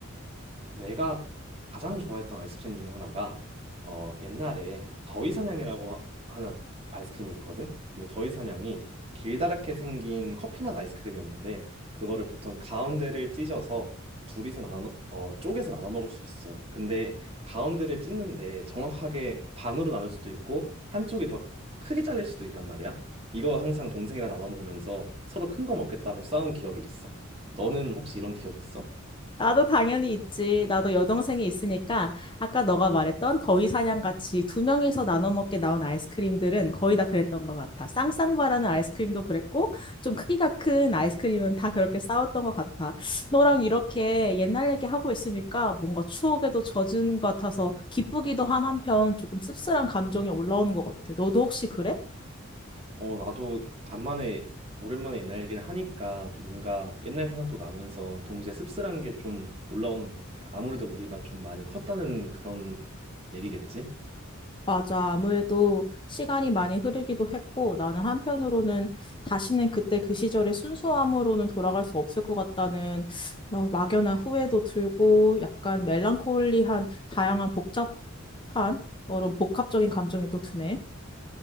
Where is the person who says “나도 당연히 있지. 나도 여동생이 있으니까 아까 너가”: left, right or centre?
Left